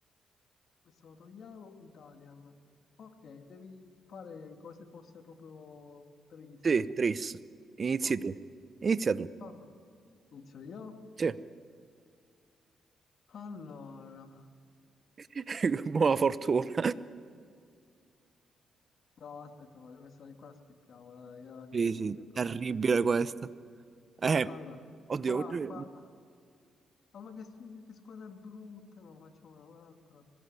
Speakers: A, on the left; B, on the right.
A: Questo lo togliamo, Italian. Ok, devi fare come se fosse proprio tris.
B: Sì, Tris. Inizi
A: Ok,
B: tu. Inizia tu.
A: vabbè. Inizio io.
B: Sì.
A: Allora...
B: <laughs> Buona fortuna.
A: No, aspetta, guarda, questa di qua schippiamola, dai, era difficile.
B: Sì, sì,
A: dai.
B: terribile questo. Eh,
A: Allora,
B: oddio,
A: qua,
B: oggi-
A: qua... Ah, ma che, su- che squadra è brutta, no, facciamo un'altra.